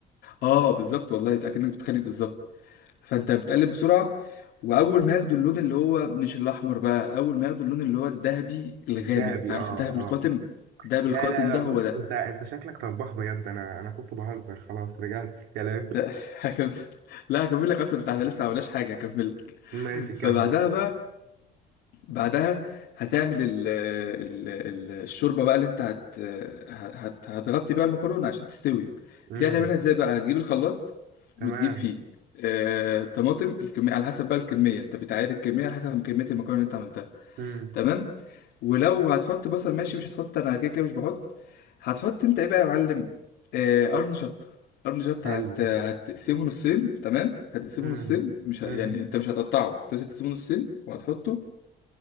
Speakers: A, on the left; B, on the right.
A: اه بالظبط والله ده اكنك بتخانق بالظبط فانت بتقلب بسرعه واول ما ياخدوا اللون اللي هو مش الاحمر بقى اول ما ياخدوا اللون اللي هو الذهبي الغامق
B: الذهبي
A: عارف
B: اه
A: الذهب
B: اه
A: القاتم الذهب
B: لا
A: القاتم
B: لا لا
A: ده
B: بص
A: هو ده
B: انت انت شكلك طباخ بجد انا انا كنت بهزر خلاص رجعت في كلامي
A: <laughs> هكمل لا هكمل لك اصلا ده احنا لسه ما عملناش حاجه هكمل لك
B: <laughs> ماشي
A: فبعدها
B: كمل
A: بقى بعدها هتعمل ال ال ال- الشوربه بقى اللي انت هت هت هتغطي بقى المكرونه عشان تستوي
B: امم
A: دي هتعملها ازاي بقى هتجيب الخلاط
B: تمام
A: وتجيب فيه آه، طماطم الكميه على حسب بقى الكميه انت بتعاير الكميه على حسب كميه المكرونه اللي انت عملتها
B: امم
A: تمام ولو هتحط بصل ماشي مش هتحط انا كده كده مش بحط هتحط انت ايه بقى يا معلم آه، قرن شطه قرن شطه
B: حلو
A: هت هتقسمه نصين تمام هتقسمه
B: امم
A: نصين مش ه...
B: امم
A: يعني انت مش هتقطعه انت بس هتقسمه نصين وهتحطه